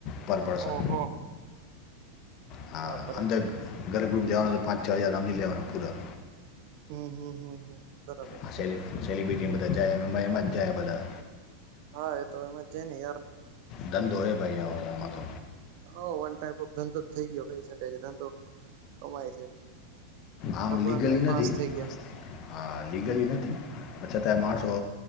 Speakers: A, on the left; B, on the right.
A: પર પર્સન
B: ઓહો.
A: હા
B: બાપરે
A: અંદર ગ્રભગૃહ જવાનું તો પાંચ છ હજાર હમજી લેવાના પૂરા.
B: હમ્મ હમ્મ હમ્મ હમ્મ બરાબર.
A: આ સેલિ સેલિબ્રિટી બધા જાય મજ જાય બધા.
B: હા એ તો એમાં જ જાયને યાર.
A: ધંધો હે ભાઈ <unintelligible>
B: હા વન ટાઈપ ધંધો જ થઇ ગયો કહી શકાય કે ધંધો કમાય છે.
A: આમ
B: ભગવાન
A: લીગલી
B: મા
A: નથી
B: પાસ થઈ ગયા.
A: હા લીગલી નથી, પણ છતાંય માણસો